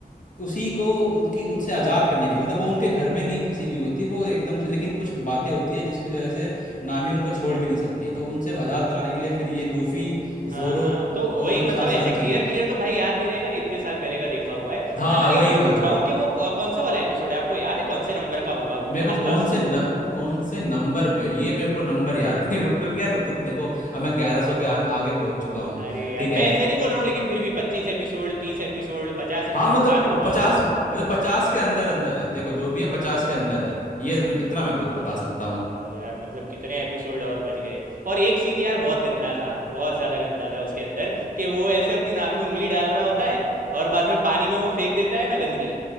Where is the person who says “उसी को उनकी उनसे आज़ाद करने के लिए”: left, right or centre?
Left